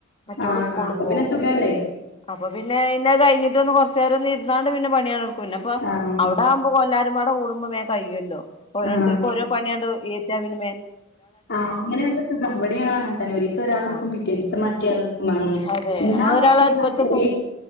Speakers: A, on the left; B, on the left.
A: മറ്റള്
B: ആഹ്
A: സ്കൂളിൽ
B: ആഹ് അപ്പൊ
A: പോകും.
B: പിന്നെ സുഖല്ലേ
A: അപ്പൊ പിന്നെ ഇന്ന് കഴിഞ്ഞിട്ട് കുറ ചേരം ഒന്ന് ഇരുന്നാണ്ട് പിന്നെ പണിയാട് എടുക്കും. പിന്ന അപ്പൊ
B: ആഹ്
A: അവിടെ ആകുമ്പോ എല്ലാരും പാടൊ കുടുംബം മേ കയ്യല്ലോ. ഓരോരുത്തർക്കും
B: ആഹ്
A: ഓരോ പണിയാണ്ട് ഏറ്റാ പിനൊ
B: ആഹ്ങ്ങനെവുമ്പം സുഖംഇവടിം ഞങ്ങന തന്നെ ഒരു ദിവസം ഒരാള് എടുക്കും.
A: ആ
B: പിറ്റേ ദിവസം മാറ്റോ ആള്ള് ഇടുകും. ങ്ങനെ
A: അതെ
B: എന്നാ
A: ഞങ്ങള് ഒരാൾ
B: ഓക്കെ
A: അടുപ്പത്ത്
B: എന്നാ ശരി
A: വെക്കും